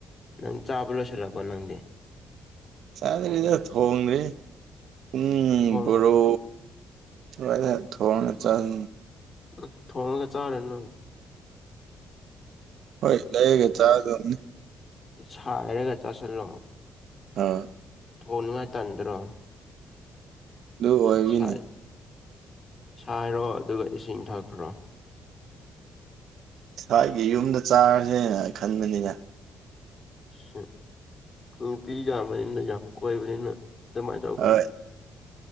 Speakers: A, on the left; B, on the right.
A: ꯅꯪ ꯆꯥꯕ ꯂꯣꯏꯁꯤꯜꯂꯛꯄ ꯅꯪꯗꯤ
B: ꯆꯗꯔꯤꯗ ꯊ‌‌ꯣꯡꯅ꯭ꯔꯤ ꯎꯝ
A: ꯊꯣꯡꯒꯅꯨ
B: ꯚꯔꯣ ꯅ‌ꯣꯏꯅ ꯊꯧꯔꯡꯅꯆꯟ
A: ꯎꯝ ꯊꯣꯡꯉꯒ ꯆꯥꯔꯦꯅ ꯅꯪ
B: ꯍꯣꯏ ꯂꯩꯔꯒ ꯆꯥꯒꯝꯅꯤ
A: ꯁꯔꯒ ꯆꯥꯁꯤꯜꯂꯣ
B: ꯑꯥ
A: ꯊ‌ꯣꯅꯤꯉꯥꯏ ꯇꯟꯗ꯭ꯔ‌ꯣ
B: ꯑꯗꯨ ꯑꯣꯏꯕꯤꯅꯤ
A: ꯁꯥꯏ ꯁꯥꯏꯔꯣ ꯑꯗꯨꯒ ꯏꯁꯤꯡ ꯊꯛꯈ꯭ꯔꯣ
B: ꯁ꯭ꯋꯥꯏꯒꯤ ꯌꯨꯝꯗ ꯆꯥꯔꯁꯦ ꯈꯟꯕꯅꯤꯅ
A: ꯍꯝ ꯅꯨꯄꯤ ꯌꯥꯝꯕꯅꯤꯅ ꯌꯥꯝ ꯀꯣꯏꯕꯅꯤꯅ ꯑꯗꯨꯃꯥꯏꯅ ꯇꯧꯒꯅꯨ
B: ꯍꯣꯏ